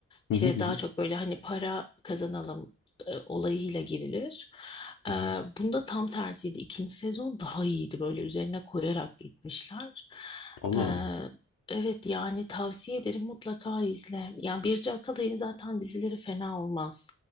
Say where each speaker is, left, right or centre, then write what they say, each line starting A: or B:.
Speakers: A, on the left; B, on the left.
A: Hı
B: İşte
A: hı hı
B: daha
A: hı.
B: çok böyle hani para kazanalım e, olayıyla girilir.
A: hı
B: E,
A: hı.
B: bunda tam tersiydi. İkinci sezon daha iyiydi. Böyle üzerine koyarak gitmişler.
A: Allah
B: E,
A: Allah.
B: evet yani tavsiye ederim mutlaka izle. Yani Birce Akalay'ın zaten dizileri fena olmaz.